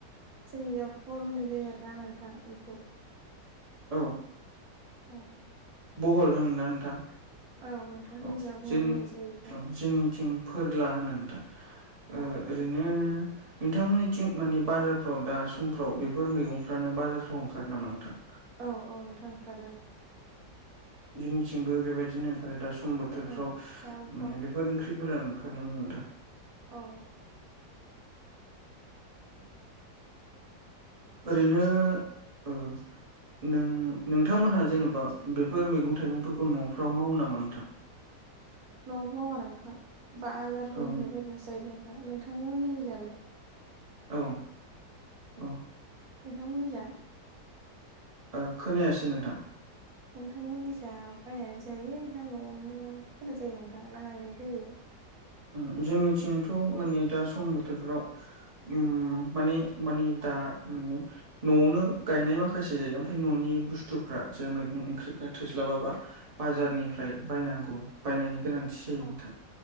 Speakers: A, on the right (about 60°); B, on the right (about 30°).
A: जोंनियाव भल होनाय जायो आरो ना नोंथां बेखौ।
B: औ।
A: अह
B: बहल होनो ना नोंथां
A: औ नोंथां जोंनि
B: अ
A: जा बहल
B: जों
A: होननाय जायो बेखौ
B: अ जोंनिथिं फोरला होनो नोंथां। ओ
A: औ।
B: ओरैनो नोंथांमोननिथिं माने बाजारफ्राव दा समफ्राव बेफोर मैगंफ्रानो बाजारफ्राव ओंखारो नामा नोंथां।
A: औ औ नोंथां ओंखारो।
B: जोंनिथिंबो बेबायदिनो ओंखारो दा सम बोथोरफ्राव
A: औ दा
B: माने
A: फल
B: बेफोर ओंख्रि फोरानो ओंखारनोमोन नोंथां।
A: औ
B: ओरैनो ओ नों नोंथांमोनहा जेन'बा बेफोर मैगं थाइगंफोरखौ न'फ्राव मावो नामा नोंथां।
A: न'आव मावा नोंथां बाजारफोरनिफ्राय
B: औ
A: बायनासो जायो नोंथां नोंथांमोननिजोलाय
B: औ औ
A: नोंथांमोननि जा
B: ओ खोनायासै नोंथां
A: नोंथांमोननि जा बायनानै जायो ना न'आवनो फोनाय जायो नोंथां ना गायनाय जायो
B: ओम जोंनिथिंथ' माने दा सम बोथोरफ्राव उम माने मानि दा मानि न'आवनो गायनाय माखासे जायो ओमफ्राय न'नि बुस्थुफ्रा जे मैगं ओंख्रिफ्रा थोस्लाबाबा बाजारनिफ्राय
A: औ
B: बायनांगौ बायनायनि गोनांथि जायो
A: औ
B: नोंथां